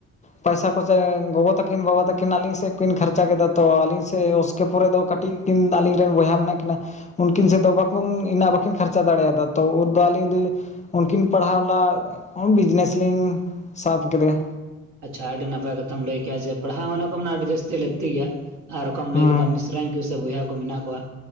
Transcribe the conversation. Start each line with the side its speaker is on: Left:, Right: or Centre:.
Left: ᱯᱚᱭᱥᱟ ᱯᱟᱥᱮᱫ ᱜᱚᱜᱚ ᱛᱟᱹᱠᱤᱱ ᱵᱟᱵᱟ ᱛᱟᱹᱠᱤᱱ ᱟᱹᱞᱤᱧ ᱥᱮᱫ ᱠᱤᱱ ᱠᱷᱚᱨᱪᱟ ᱠᱮᱫᱟ ᱛᱚ ᱟᱞᱤᱧ ᱥᱮᱫ ᱠᱮ ᱯᱚᱨᱮ ᱫᱚ ᱠᱟᱹᱴᱤᱡ ᱠᱤᱱ ᱟᱹᱞᱤᱧ ᱨᱮᱱ ᱵᱚᱭᱦᱟ ᱢᱮᱱᱟᱜ ᱠᱤᱱᱟ, ᱩᱱᱠᱤᱱ ᱥᱮᱫ ᱫᱚ ᱵᱟᱹᱠᱤᱱ ᱩᱱᱟᱹᱜ ᱠᱷᱟᱨᱪᱟ ᱫᱟᱲᱮᱭᱟᱫᱟ ᱛᱚ ᱩᱱᱫᱚ ᱟᱹᱞᱤᱧ ᱫᱚ ᱩᱱᱠᱤᱱ ᱯᱟᱲᱦᱟᱣ ᱞᱟ ᱵᱤᱡᱽᱱᱮᱥ ᱞᱤᱧ ᱥᱟᱵ ᱠᱮᱫᱟᱭᱟ᱾
Right: ᱟᱪᱪᱷᱟ ᱟᱹᱰᱤ ᱱᱟᱯᱟᱭ ᱠᱟᱛᱷᱟᱢ ᱞᱟᱹᱭ ᱠᱮᱜᱼᱟ ᱡᱮ ᱯᱟᱲᱦᱟᱣ ᱚᱱᱟ ᱠᱚ ᱟᱹᱰᱤ ᱡᱟᱹᱥᱛᱤ ᱞᱟᱹᱠᱛᱤ ᱜᱮᱭᱟ᱾ ᱟᱨ ᱚᱠᱟᱢ
Left: ᱦᱮᱸ
Right: ᱞᱟᱹᱭ ᱠᱮᱫᱟ ᱢᱤᱥᱨᱟᱧ ᱠᱚ ᱥᱮ ᱵᱚᱭᱦᱟ ᱠᱚ ᱢᱮᱱᱟᱜ ᱠᱚᱣᱟ